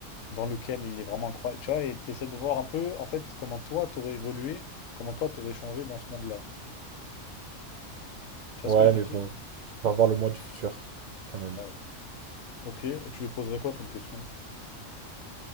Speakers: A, on the left (about 75°); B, on the right (about 70°).
A: dans lequel il est vraiment incroyable. Tu vois, et t'essaies de voir un peu, en fait, comment toi, t'aurais évolué, comment toi, t'aurais changé dans ce monde-là. Tu vois
B: Ouais,
A: ce que je veux
B: mais
A: dire?
B: bon, je préfère voir le mois du futur, quand même.
A: Ouais. Ok, et tu lui poserais quoi comme question?